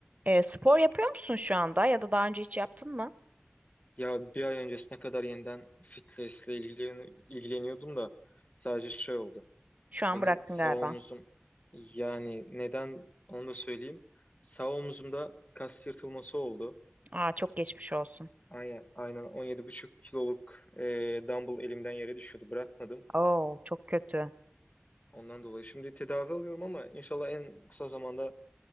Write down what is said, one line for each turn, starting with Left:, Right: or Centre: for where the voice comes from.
Right: E, spor yapıyor musun şu anda ya da daha önce hiç yaptın mı?
Left: Ya bir ay öncesine kadar yeniden fitness'le ilgilen ilgileniyordum da sadece şey oldu.
Right: Şu an
Left: Benim
Right: bıraktın
Left: sağ
Right: galiba.
Left: omuzum yani neden onu da söyleyeyim. Sağ omuzumda kas yırtılması oldu.
Right: Aa çok geçmiş olsun.
Left: Aynen, aynen 17,5 kiloluk e, dumbbell elimden yere düşüyordu. Bırakmadım.
Right: Oo çok kötü.
Left: Ondan dolayı şimdi tedavi alıyorum ama inşallah en kısa zamanda